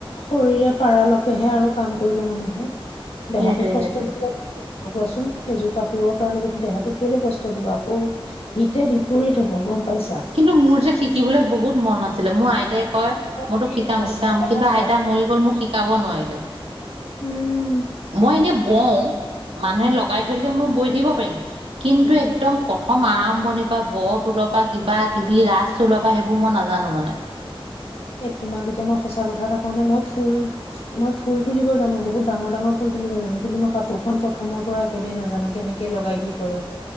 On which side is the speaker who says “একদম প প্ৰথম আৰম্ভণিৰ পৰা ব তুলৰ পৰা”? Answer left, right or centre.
Right